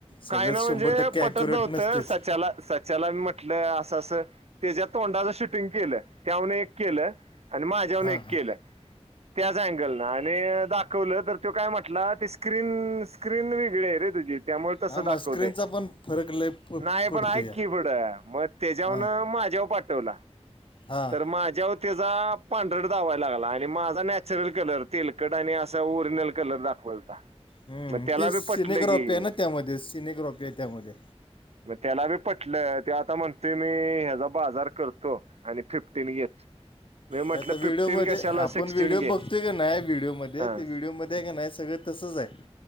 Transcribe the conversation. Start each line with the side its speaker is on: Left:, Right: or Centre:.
Left: सगळंच
Right: काय ना म्हणजे
Left: शंभर टक्के
Right: पटत
Left: ॲक्युरेट
Right: नव्हतं
Left: नसतेच
Right: सचाला सच त्याला मी म्हटलं असं असं तेच्या तोंडाचं शूटिंग केलं त्याहून एक केलं. आणि माझ्यावरन
Left: हां
Right: एक
Left: हां
Right: केलं त्याच अँगल ना आणि दाखवलं. तर तो काय म्हटला ती स्क्रीन स्क्रीन वेगळी आहे रे तुझी त्यामुळे तस
Left: हां
Right: दाखवते
Left: मग स्क्रीनचा पण फरक लय प
Right: नाही
Left: पडतो
Right: पण ऐक
Left: या
Right: की पुड मग त्याच्यावरन
Left: हां
Right: माझ्यावर पाठवला
Left: हां
Right: तर माझ्यावर त्याचा पांढरट दावाला लागला आणि माझा नॅचरल कलर तेलकट आणि अस ल कलर दाखवलता.
Left: हम्म
Right: मग त्याला
Left: ते
Right: बी
Left: सिनेग्रॉपी
Right: पटलं की
Left: आहे ना त्यामध्ये सिनेग्रॉपी आहे त्यामध्ये.
Right: मग त्याला बी पटलं ते आता म्हण ते मी ह्याचा बाजार करतो आणि फिफ्टीन घेत मी म्हटलं
Left: त्या आता व्हिडिओमध्ये
Right: फिफ्टीन कशाला
Left: आपण
Right: सिक्स्टीन
Left: व्हिडिओ
Right: घे
Left: बघतोय काी नाही व्हिडिओमध्ये
Right: हां
Left: ते व्हिडिओमध्ये का नाय सगळं तसंच आहे